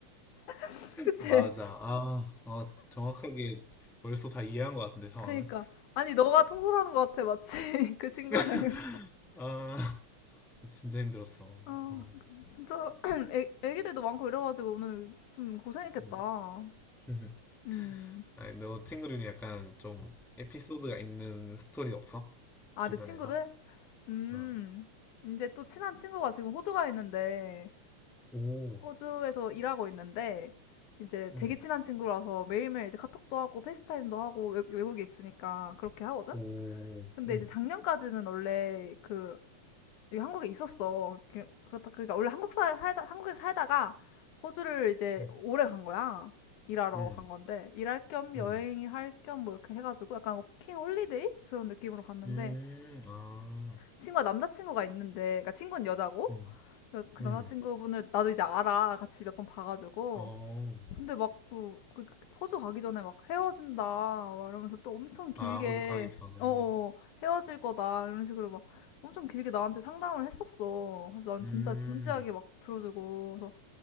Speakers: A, on the left; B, in the centre.
A: <laughs> 그치?
B: 맞아. 아, 아, 정확하게 벌써 다 이해한 것 같은데, 상황을.
A: 그니까 아니 너가 통솔하는 것 같아 마치 <laughs> 그 친구를
B: <laughs> 아, 진짜 힘들었어.
A: 아
B: 어,
A: 진짜 <clears throat> 애, 애기들도 많고 이래가지고 오늘 좀 고생했겠다
B: 음. <laughs>
A: 음어아
B: 아니, 너 친구들이 약간 좀 에피소드가 있는 스토리 없어? 주변에서?
A: 내 친구들 음
B: 어.
A: 이제 또 친한 친구가 지금 호주가 있는데
B: 오.
A: 호주에서 일하고 있는데 이제
B: 응.
A: 되게 친한 친구라서 매일매일 이제 카톡도 하고 페이스타임도 하고 외, 외국에 있으니까 그렇게 하거든?
B: 오.
A: 근데
B: 응.
A: 이제 작년까지는 원래 그 여기 한국에 있었어. 그- 그렇다 그러니까 원래 한국 사, 살다 한국에서 살다가 호주를 이제
B: 응.
A: 오래 간 거야. 일하러
B: 응.
A: 간 건데 일할 겸
B: 응.
A: 여행할 겸 뭐 이렇게 해가지고 약간 워킹 홀리데이 그런 느낌으로 갔는데
B: 음. 아.
A: 친구가 남자친구가 있는데 그러니까 친구는 여자고
B: 응.
A: 여- 그
B: 응.
A: 남자친구분을 나도 이제 알아 같이 몇 번 봐가지고
B: 어.
A: 근데 막그 그, 그 호주 가기 전에 막 헤어진다 막 이러면서 또 엄청 길게
B: 아, 호주 가기 전에.
A: 어어 헤어질 거다 이런 식으로 막 엄청 길게 나한테 상담을 했었어. 그래서 난
B: 음.
A: 진짜 진지하게 막 들어주고 그래서